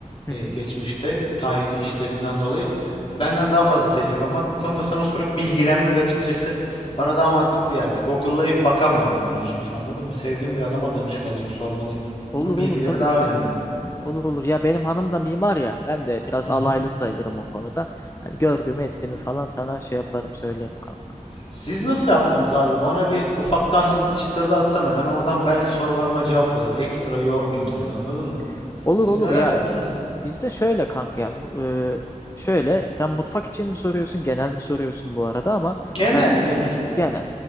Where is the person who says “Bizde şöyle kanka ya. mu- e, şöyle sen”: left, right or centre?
Left